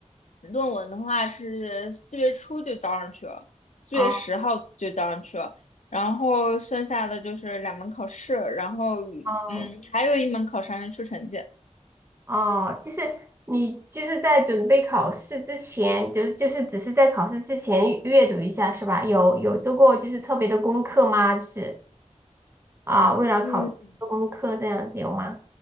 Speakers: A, on the left; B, on the right.
A: 论文的话是四月初就交上去了，四月十号就交上去了，
B: 哦
A: 然后剩下的就是两门考试，然后嗯，
B: 哦
A: 还有一门考试还没出成绩。
B: 哦，就是你就是在准备考试之前，就就是只是在考试之前阅读一下是吧？有有做过就是特别的功课吗？就是啊，为了考试做功课这样子有吗？
A: 嗯